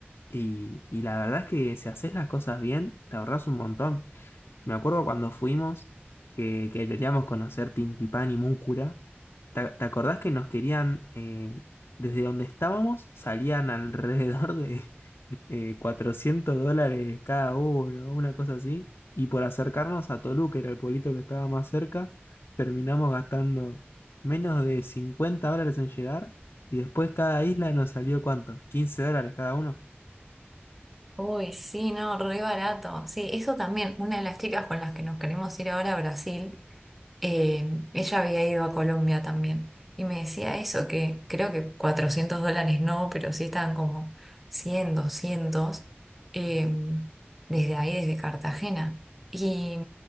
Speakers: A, on the left; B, in the centre.
A: y, y la verdad es que si haces las cosas bien, te ahorras un montón. Me acuerdo cuando fuimos, que, que queríamos conocer Tintipán y Múcura, ¿te, te acordás que nos querían, eh, desde donde estábamos, salían <laughs> alrededor de, eh, 400 dólares cada uno, una cosa así. Y por acercarnos a Toluca, era el pueblito que estaba más cerca, terminamos gastando menos de 50 dólares en llegar. Y después cada isla nos salió ¿cuánto? quince dólares cada uno.
B: Uy, sí, no, re barato. Sí, eso también, una de las chicas con las que nos queremos ir ahora a Brasil. eh, ella había ido a Colombia también y me decía eso, que creo que 400 dólares no, pero sí estaban como cien doscientos eh, desde ahí, desde Cartagena. Y